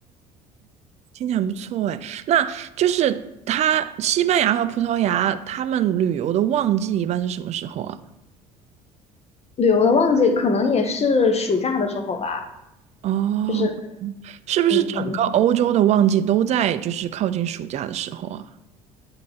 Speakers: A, on the right; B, on the left.
A: 听起来很不错哎，那就是它西班牙和葡萄牙，他们旅游的旺季一般是什么时候啊？
B: 旅游的旺季，可能也是暑假的时候吧，
A: 哦，
B: 就是
A: 是不是整个欧洲的旺季都在就是靠近暑假的时候啊？
B: 嗯。